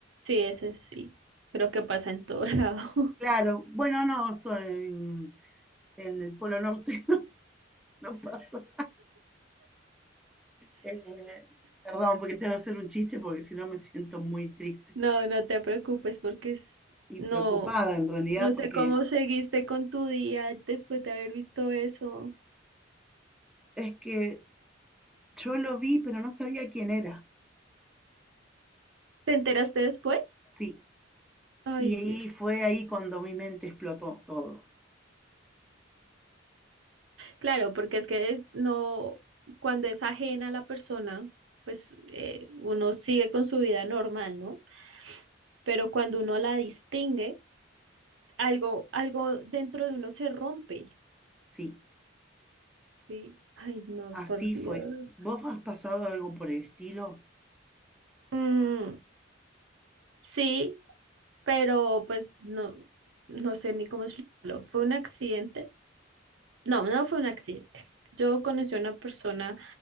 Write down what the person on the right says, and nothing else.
Sí, ese sí. Creo que pasa en todo <laughs> lado.
No, no te preocupes porque es-
no,
no sé
cómo seguiste con tu día después de haber visto eso.
¿Te enteraste después?
Ay,
Dios.
Claro, porque es que es- no, cuando es ajena a la persona, pues eh, uno sigue con su vida normal, ¿no? Pero cuando uno la distingue, algo, algo dentro de uno se rompe,
¿sí? Ay, no,
por Dios.
Mm, sí, pero pues no, no sé ni cómo explicarlo. Fue un accidente, No, no fue un accidente. Yo conocí a una persona